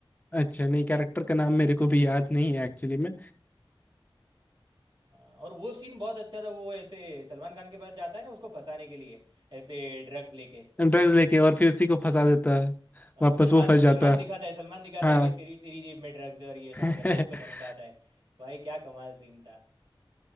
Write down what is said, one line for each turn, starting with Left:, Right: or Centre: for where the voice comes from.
Left: अच्छा नहीं कैरेक्टर का नाम मेरे को भी याद नहीं है एक्चुअली में
Right: हाँ, और वो सीन बहुत अच्छा था वो ऐसे सलमान खान के पास जाता है ना उसको फंसाने के लिए ऐसे ड्रग्स लेके
Left: ड्रग्स लेके और फिर उसी को फंसा देता है
Right: हाँ,
Left: वापस
Right: सलमान
Left: वो फंस जाता
Right: सलमान
Left: है
Right: दिखाता है सलमान दिखाता
Left: हाँ
Right: है कि तेरी तेरी जेब में ड्रग्स है और ये
Left: <laughs>
Right: सब करके उसको धमकाता है भाई क्या कमाल सीन था